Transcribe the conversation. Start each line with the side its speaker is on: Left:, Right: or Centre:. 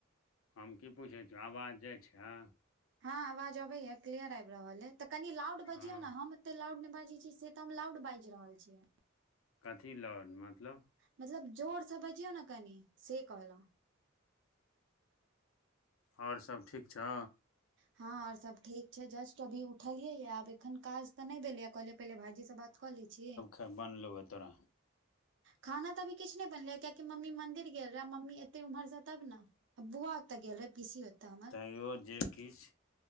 Left: हम की पुछै छियो आवाज जाइ छै?
Right: हँ अवाज आबैए क्लियर आइब रहल अइ तऽ कनी लाउड
Left: हँ
Right: बजियौ ने, हम एते लाउड नै बाजै छीयै से? तब लाउड बैज रहल छै।
Left: कथी लौउड मतलब?
Right: मतलब जोरसँ बजियौ न कनि। से कहलहुँ
Left: और सब ठीक छौ?
Right: हँ और सब ठीक छै जस्ट तऽ अभी उठलियै आब एखन काज तऽ नै भेलैए कहलियै पहिले भाईजी से बात कऽ लेै छी।
Left: ए बानलो एअ तोरा?
Right: खाना तऽ अभी किछु नै बनलै कियाकि मम्मी मन्दिर गेल रहै मम्मी एते उम्हरसँ तब न। बुआ ओतऽ गेल रहै पीसी ओतऽ हमर।
Left: कहियो जे। किछ